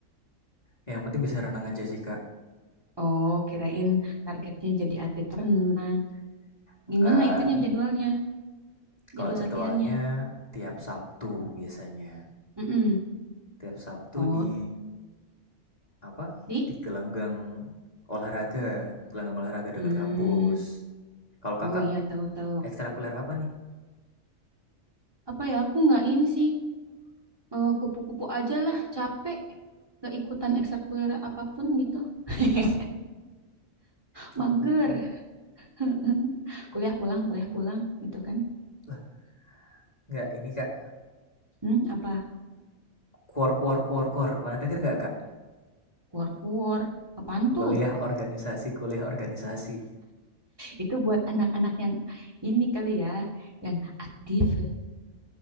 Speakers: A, on the left (about 30°); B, on the right (about 15°).
A: Yang penting bisa renang aja sih kak.
B: Oh, kirain targetnya jadi atlet renang.
A: Enggak,
B: Gimana itunya jadwalnya, jadwal
A: kalau jadwalnya
B: latihannya?
A: tiap Sabtu biasanya.
B: Mhm.
A: Tiap Sabtu
B: Oh,
A: di apa?
B: di
A: Di gelanggang olahraga, gelanggang olahraga dekat
B: mmm,
A: kampus. Kalau kakak
B: oh iya, tahu tahu.
A: ekstrakuler apa nih?
B: Apa ya, aku nggak ini sih, eee, kupu-kupu aja lah, capek. Nggak ikutan ekstrakurikuler apapun gitu. <laughs>
A: Kupu-kupu.
B: Mager. <laughs> Kuliah pulang kuliah pulang gitu kan.
A: Lah, enggak ini kak.
B: Mmm, apa?
A: Kuor kuor kuor kuor. Pernah denger enggak kak?
B: Kuor-kuor. Apaan
A: Kuliah
B: tuh?
A: organisasi, kuliah organisasi.
B: Itu buat anak-anak yang ini kali ya, yang aktif,